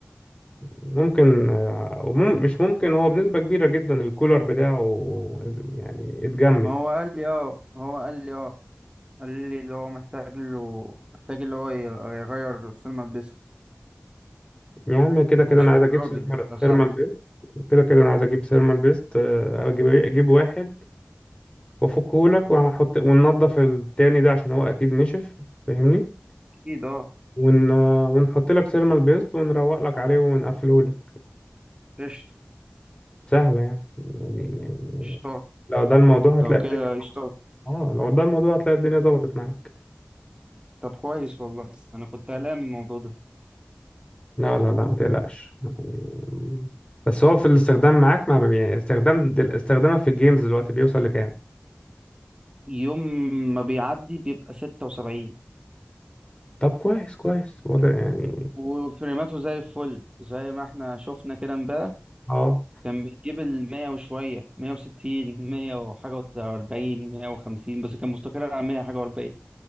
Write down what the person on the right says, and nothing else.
ما هو قال لي اه ما هو قال لي اه قال لي اللي هو محتاج له محتاج اللي هو ي- يغير السينما بيست
مش
الراجل
ده صاحبي
اكيد اه
قشطة
قشطات
لو كده
قشطات
طب كويس والله انا كنت قلقان من الموضوع ده
يوم ما بيعدي بيبقى ستة وسبعين
وفريماته زي الفل زي ما احنا شفنا كده امبارح
كان بيجيب المية وشوية مية وستين مية وحاجة وأربعين مية وخمسين بس كان مستقر على مية حاجة وأربعين